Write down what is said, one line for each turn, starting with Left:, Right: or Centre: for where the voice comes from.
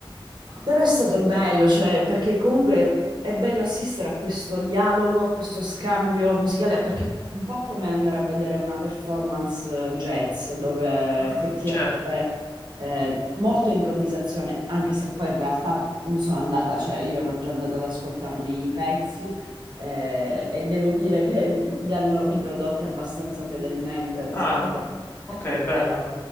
Right: però è stato bello, cioè, perché comunque è bello assistere a questo dialogo, a questo scambio musicale, perché è un po' come andare a vedere una performance eh, jazz, dove
Left: Mh,
Right: effettivamente
Left: certo.
Right: eh, molto improvvisazione, anche se poi in realtà mm, sono andata, cioè io ero già andata ad ascoltarmi i pezzi eh, e devo dire che <laughs> li hanno riprodotti abbastanza fedelmente rispetto
Left: Ah, o-
Right: a
Left: ok,
Right: eh,
Left: bello,
Right: alla